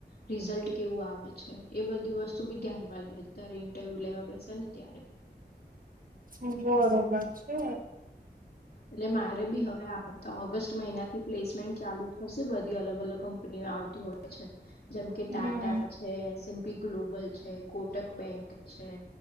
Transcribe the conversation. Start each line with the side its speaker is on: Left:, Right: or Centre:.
Left: રિઝલ્ટ કેવું આવે છે એ બધી વસ્તુ બી ધ્યાનમાં લે જય્યારે ઇન્ટરવ્યુ લેવા બેસે ને ત્યારે.
Right: હું બરોબર છે.
Left: એટલે મારે બી હવે આવતા ઓગસ્ટ મહિના થી પ્લેસમેન્ટ ચાલુ થશે બધી અલગ અલગ કંપનીઓ આવ તી હોય છે જેમ કે
Right: હમ
Left: ટાટા છે, એસ એન પી ગ્લોબલ છે, કોટક બેંક છે,